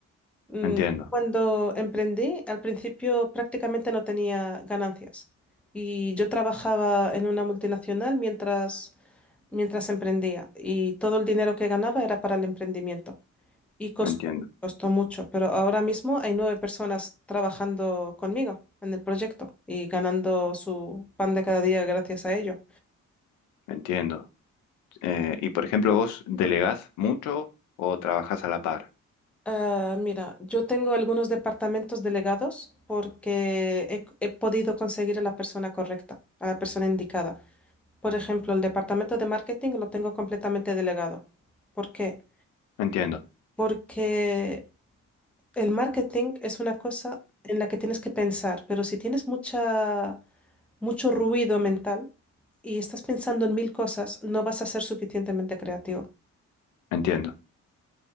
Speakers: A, in the centre; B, on the left (about 80°).
A: Mm,
B: Me Entiendo,
A: Cuando emprendí, al principio prácticamente no tenía ganancias y yo trabajaba en una multinacional mientras, mientras emprendía y todo el dinero que ganaba era para el emprendimiento y costó,
B: me entiendo,
A: costó mucho, pero ahora mismo hay nueve personas trabajando conmigo en el proyecto y ganando su pan de cada día gracias a ello.
B: me entiendo. Eh, y por ejemplo, ¿vos delegás mucho o trabajás a la par?
A: Ah, mira, yo tengo algunos departamentos delegados porque he, he podido conseguir a la persona correcta, a la persona indicada. Por ejemplo, el departamento de marketing lo tengo completamente delegado. ¿Por qué?
B: Entiendo,
A: Porque el marketing es una cosa en la que tienes que pensar, pero si tienes mucha, mucho ruido mental y estás pensando en mil cosas, no vas a ser suficientemente creativo.
B: entiendo.